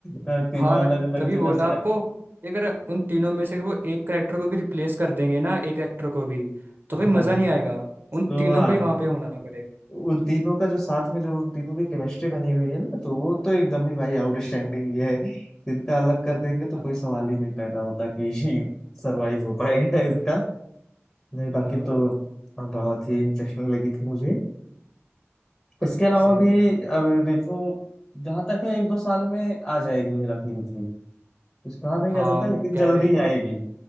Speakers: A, on the left; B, on the right.
A: अ, तीनों
B: हाँ
A: अलग
B: मैं
A: अलग
B: तभी
A: जगह
B: बोला
A: से
B: आपको कि अगर उन तीनों में से अगर वो एक करेक्टर को भी रिप्लेस कर देंगे ना एक एक्टर को भी तो भाई
A: हाँ
B: मज़ा नहीं आएगा उन
A: तो
B: तीनों
A: हाँ
B: को ही वहाँ पे होना पड़ेगा
A: उन तीनों का जो साथ में जो उन तीनों की केमिस्ट्री बनी हुई है ना तो वो तो एकदम ही भाई आउटस्टैंडिंग
B: हम्म,
A: ये है तो इनका अलग कर देंगे तो
B: हाँ
A: कोई सवाल ही नहीं पैदा होता कि <laughs> सरवाइव हो पाएगा इसका नहीं बाकी
B: <laughs> हाँ
A: तो
B: भाई
A: बहुत ही इंटरेस्टिंग लगी थी मुझे इसके अलावा
B: सेम
A: भी
B: भाई
A: अब देखो जहां तक है एक दो साल में आ जाएगी हेरा फेरी थ्री कुछ कहा नहीं
B: हाँ
A: जा सकता लेकिन
B: वो कह
A: जल्दी
B: रहे
A: ही
B: थे
A: आएगी
B: वो